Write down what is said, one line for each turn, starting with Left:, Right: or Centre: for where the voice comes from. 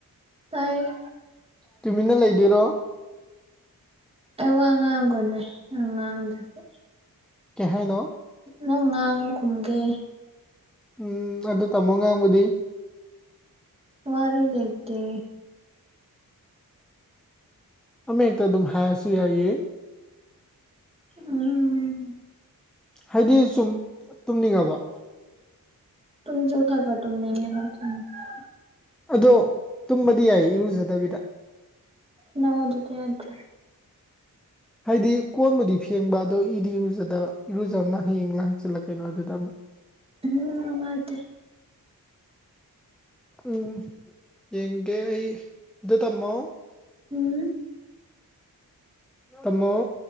Right: ꯇꯥꯏ
Centre: ꯇꯨꯃꯤꯟꯅ ꯂꯩꯗꯣꯏꯔꯣ
Right: ꯑꯩ ꯋꯥ ꯉꯥꯡꯒꯅꯦ ꯉꯥꯡꯗꯗꯤ
Centre: ꯀꯍꯥꯏꯅꯣ
Right: ꯅꯪ ꯉꯥꯡꯉꯨ ꯈꯨꯝꯒꯦ
Centre: ꯎꯝ ꯑꯗꯨ ꯇꯝꯃꯣ ꯉꯥꯡꯕꯗꯤ
Right: ꯋꯥꯔꯤ ꯂꯩꯇꯦ
Centre: ꯑꯃꯛꯇ ꯑꯗꯨꯝ ꯍꯥꯏꯁꯨ ꯌꯥꯏꯌꯦ
Right: ꯎꯝ
Centre: ꯍꯥꯏꯗꯤ ꯁꯨꯝ ꯇꯨꯝꯅꯤꯡꯉꯕꫭ
Right: <inaudible>
Centre: ꯑꯗꯣ ꯇꯨꯝꯕꯗꯤ ꯌꯥꯏ ꯏꯔꯨꯖꯗꯕꯤꯗ
Right: ꯅ ꯑꯗꯨꯗꯤ ꯌꯥꯗ꯭ꯔꯦ
Centre: ꯍꯥꯏꯗꯤ ꯀꯣꯟꯕꯨꯗꯤ ꯐꯦꯡꯕ ꯑꯗꯣ ꯏꯗꯤ ꯏꯔꯨꯖꯗꯕ ꯏꯔꯨꯖꯕꯅ ꯍꯌꯦꯡꯂ ꯍꯪꯆꯜꯂꯛꯀ ꯀꯩꯅꯣ ꯑꯗꯨꯗ ꯑꯃꯨꯛ
Right: ꯎꯝ ꯅꯨꯡꯉꯥꯏꯗꯦ
Centre: ꯎꯝ ꯌꯦꯡꯒꯦ ꯑꯩ ꯑꯗꯨ ꯇꯝꯃꯣ
Right: ꯎꯝ
Centre: ꯇꯃꯣ